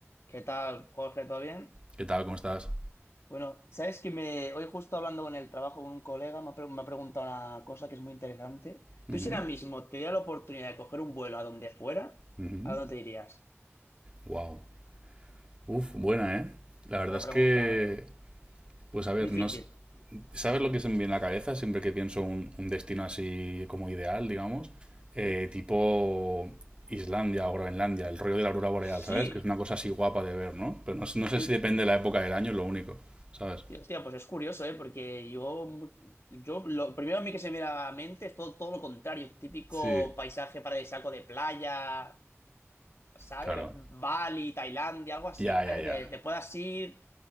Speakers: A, on the left; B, on the right.
A: ¿Qué tal, Jorge? ¿Todo bien?
B: ¿Qué tal? ¿Cómo estás?
A: Bueno, sabes que me... hoy justo hablando con el trabajo con un colega me ha, pre- me ha preguntado una cosa que es muy interesante.
B: Ujú,
A: Tú si ahora mismo te diera la oportunidad de coger un vuelo a donde fuera,
B: ujú.
A: ¿a dónde te irías?
B: Wow. Uf, buena, ¿eh? La verdad
A: Buena
B: es
A: pregunta,
B: que,
A: ¿eh?
B: pues a ver,
A: Difícil.
B: no s- ¿sabes lo que se me viene a la cabeza siempre que pienso un, un destino así como ideal, digamos? Eh,
A: Sí.
B: tipo Islandia o Groenlandia, el rollo de la aurora boreal,
A: Sí.
B: ¿sabes? Que es una cosa así guapa de ver, ¿no? Pero no, s- no sé
A: Oye,
B: si depende de la época del año, es lo único, ¿sabes?
A: tío, hostia, pues es curioso, ¿eh? Porque yo, yo lo primero a mí que se me viene a la mente es todo, todo lo contrario. Típico
B: Sí,
A: paisaje paradisíaco de playa, ¿sabes?
B: claro.
A: Bali, Tailandia, algo así,
B: Ya, ya,
A: ¿eh?
B: ya.
A: Que te puedas ir